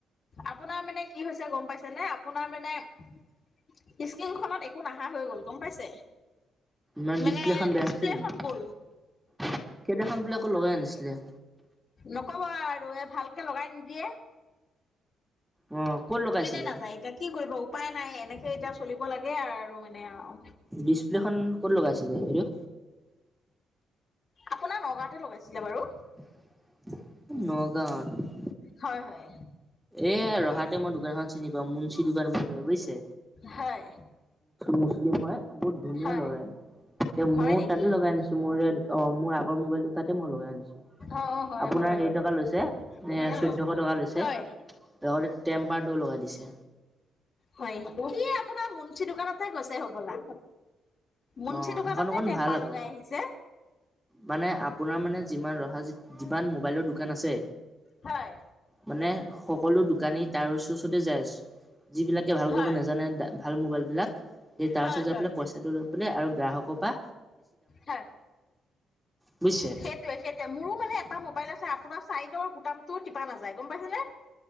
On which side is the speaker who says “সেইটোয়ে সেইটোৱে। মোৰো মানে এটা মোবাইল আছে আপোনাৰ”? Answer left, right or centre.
Left